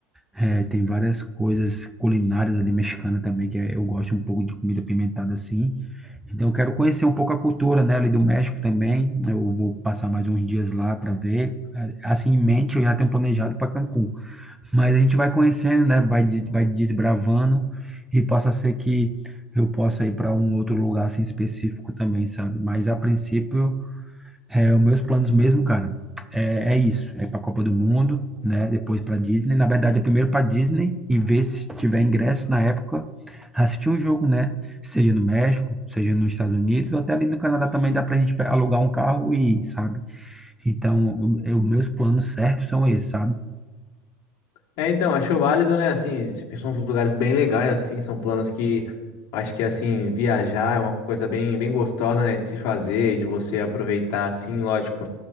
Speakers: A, in the centre; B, on the left.
A: É, tem várias coisas culinárias ali mexicana também, que eu gosto um pouco de comida pimentada assim. Então eu quero conhecer um pouco a cultura, né, ali do México também. Eu vou passar mais uns dias lá para ver. É, Assim, em mente, eu já tenho planejado para Cancún. Mas a gente vai conhecendo, né, vai, des- vai desbravando e possa ser que eu possa ir para um outro lugar assim específico também, sabe? Mas a princípio é, os meus planos mesmo, cara, é, é isso. É para a Copa do Mundo, né? Depois para Disney. Na verdade, é primeiro para Disney e ver se tiver ingresso na época, assistir um jogo, né? Seja no México, seja nos Estados Unidos, ou até ali no Canadá também dá para a gente pe- alugar um carro e, sabe? Então, o- é, os meus planos certos são esses, sabe?
B: É, então, acho válido, né? Assim, são uns lugares bem legais, assim, são planos que acho que, assim, viajar é uma coisa bem, bem gostosa, né? De se fazer, de você aproveitar, assim, lógico.